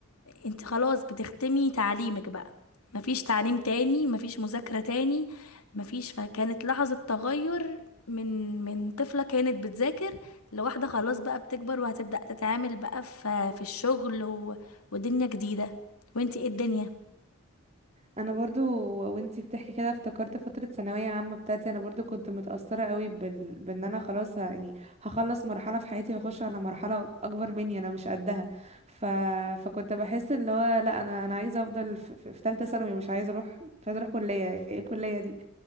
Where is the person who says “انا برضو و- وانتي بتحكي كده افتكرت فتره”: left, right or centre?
Right